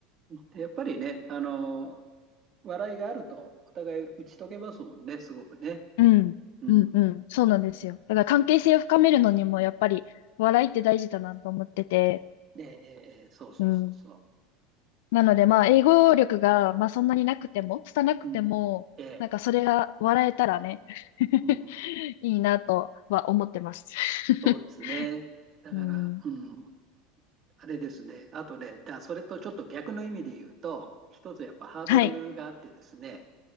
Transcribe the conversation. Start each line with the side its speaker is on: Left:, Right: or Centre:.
Right: でやっぱりね、あの、笑いがあると、お互い打ち解けますもんね、すごくね。
Left: うん。
Right: うん。
Left: うんうん。そうなんですよ。だから関係性を深めるのにもやっぱり笑いって大事だなと思ってて。
Right: で、えーそうそうそうそ
Left: うん。なのでまあ英語力がまあそんなになくても、拙くても、
Right: う。うん。で、
Left: なんかそれが笑えたらね、<laughs>
Right: うん、
Left: いいなとは思ってます。<laughs>
Right: そうですね。だから、
Left: うん。
Right: うん、あれですね。あとね、だ、それとちょっと逆の意味で言うと、一つやっぱハードルがあってですね、
Left: はい。